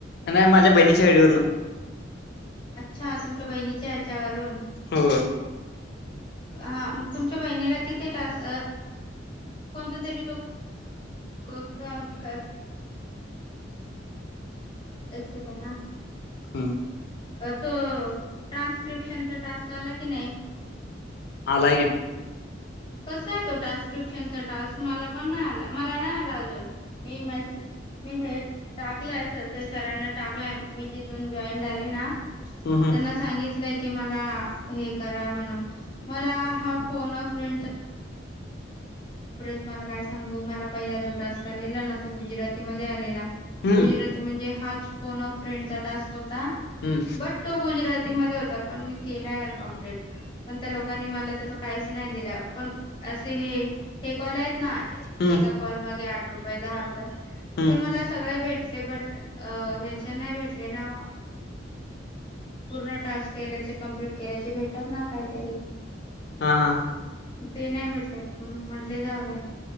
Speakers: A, on the left; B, on the left.
A: नाही, माझ्या बहिणीच्या आडून.
B: तुमच्या बहिणीच्या ह्याच्यावरून.
A: हो
B: हा, तुमच्या बहिणीला किती त्रास कोणता तरी होतो? कोका का? एक सेकंद, हं.
A: हम्म.
B: तो ट्रान्स्क्रिप्शनचा टास्क आला की नाही?
A: हॅलो.
B: कसं आहे, तो ट्रान्स्क्रिप्शनचा टास्क मला पण नाही आला. मला नाही आला अजून. मी हे टाकलंय सर, सरांना टाकलंय. मी जिथून जॉईन झाले ना.
A: हम्म
B: त्यांना सांगितलंय की मला हे करा म्हणून मग हा फोन. अरे, तुला का? समजलं. गुजराती मध्ये आलेला.
A: हम्म हम्म
B: गुजराती म्हणजे हाच कोण फ्रेंडचा टास्क होता,
A: हम्म
B: बट तो गुजराती. पण मी केक, त्या लोकांनी म्हटलं काही. पण असे कॉल आहेत ना.
A: हम्म
B: ए कॉल आठ रुपये, दहा रुपये.
A: हम्म
B: ते मला सगळे भेटले, बट ह्याचे नाही भेटले ना. पूर्ण टास्क कम्प्लीट केल्याचे भेटतात ना काहीतरी.
A: हा हा.
B: ते नाही भेटले म्हटलं, जाऊ दे.